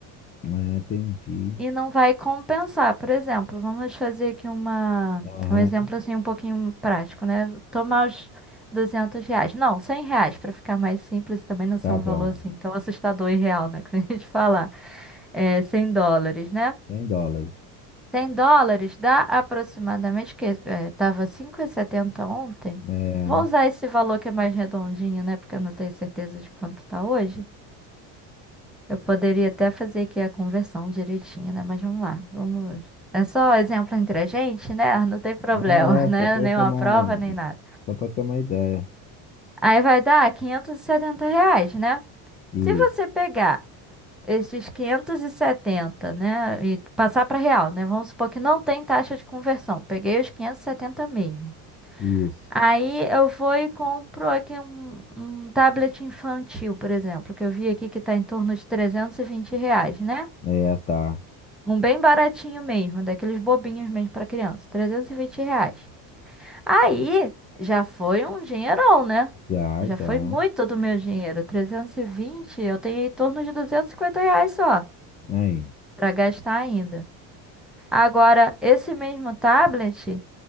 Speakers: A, on the left; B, in the centre.
A: é, entendi.
B: e não vai compensar. Por exemplo, vamos fazer aqui uma,
A: Aham,
B: um exemplo assim um pouquinho prático, né? Tomar os 200 reais. Não, 100 reais, para ficar mais simples, também não ser
A: tá
B: um
A: bom,
B: valor assim tão assustador e real, né? <laughs> Que a gente fala, é 100 dólares, né?
A: 100 dólares.
B: 100 dólares dá aproximadamente, que é, tava cinco e setenta ontem.
A: É.
B: Vou usar esse valor que é mais redondinho, né? Porque eu não tenho certeza de quanto tá hoje. Eu poderia até fazer aqui a conversão direitinha, né? Mas vamos lá, vamos. É só exemplo entre a gente, né? <laughs> Não tem problema,
A: Não, é
B: né?
A: só para
B: Nenhuma
A: tomar,
B: prova, nem nada.
A: só para ter uma ideia.
B: Aí vai dar 570 reais, né?
A: Isso,
B: Se você pegar esses 570, né? E passar para real, né? Vamos supor que não tem taxa de conversão. Peguei os 570 mesmo.
A: isso.
B: Aí eu vou e compro aqui um, um tablet infantil, por exemplo, que eu vi aqui que está em torno de 320 reais, né?
A: É, tá.
B: Um bem baratinho mesmo, daqueles bobinhos mesmo pra criança, 320 reais. Aí já foi um dinheirão, né?
A: Já,
B: Já
A: já.
B: foi muito do meu dinheiro. trezentos e vinte eu tenho em torno de 250 reais só
A: Aí,
B: pra gastar ainda. Agora, esse mesmo tablet,